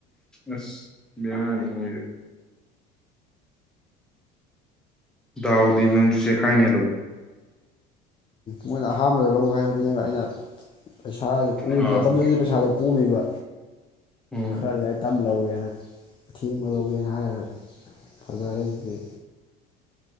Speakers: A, in the centre; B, on the left (about 25°).
A: ꯑꯁ ꯕꯦꯔꯥꯅꯤꯍꯦ ꯗꯥꯎꯗꯤ ꯅꯪꯖꯨ ꯆꯦꯈꯥꯏꯅꯦ ꯑꯗꯨꯝ
B: ꯃꯣꯏꯅ ꯑꯍꯥꯟꯕꯗ ꯂꯧ ꯍꯥꯏꯕꯅꯦꯕ ꯑꯩꯅ ꯄꯩꯁꯥ ꯀꯣꯝꯕ
A: ꯑꯥ
B: ꯃꯇꯝꯗꯨꯗꯗꯤ ꯄꯩꯁꯥꯗꯣ ꯀꯣꯝꯃꯤꯕ
A: ꯎꯝ
B: ꯈꯔ ꯂꯩ ꯇꯞ ꯂꯎꯒꯦꯅ ꯑꯊꯦꯡꯕ ꯂꯧꯒꯦꯅ ꯍꯥꯏꯔ ꯐꯖꯔꯦ ꯍꯧꯖꯤꯛꯇꯤ